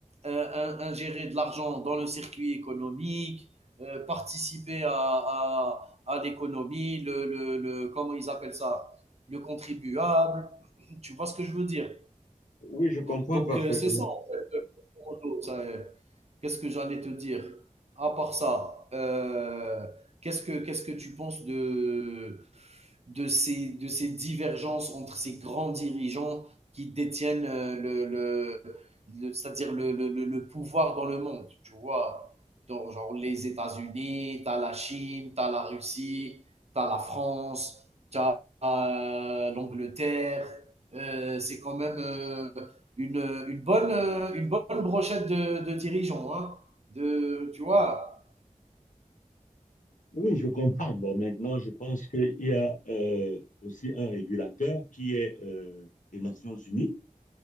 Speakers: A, on the right; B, on the left.
A: euh, in- ingérer de l'argent dans le circuit économique, euh, participer à, à, à l'économie, le, le, le, comment ils appellent ça, le contribuable. Tu vois ce que je veux dire?
B: Oui, je comprends
A: Donc,
B: parfaitement.
A: euh, c'est ça, en fait. euh, euh, Qu'est-ce que j'allais te dire? À part ça, euh, qu'est-ce que, qu'est-ce que tu penses de, de ces, de ces divergences entre ces grands dirigeants qui détiennent euh, le, le, le- c'est-à-dire le, le- le- pouvoir dans le monde, tu vois. Dans, genre les États-Unis, t'as la Chine, t'as la Russie, t'as la France, t'as euh, l'Angleterre. Euh, c'est quand même euh, une, une bonne, euh, une bonne brochette de, de dirigeants, hein, de, tu vois.
B: Oui, je comprends. Bon, maintenant, je pense qu'il y a euh, aussi un régulateur qui est euh, les Nations Unies.